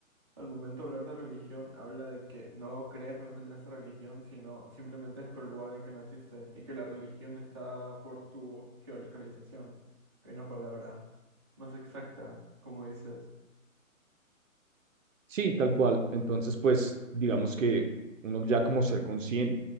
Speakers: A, on the right; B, on the right.
A: al momento de hablar de religión habla de que no crees realmente en esa religión, sino simplemente es por el lugar en el que naciste y que la religión está por tu geolocalización. Hay una palabra más exacta, como dices.
B: Sí, tal cual. Entonces, pues, digamos que uno ya como ser consciente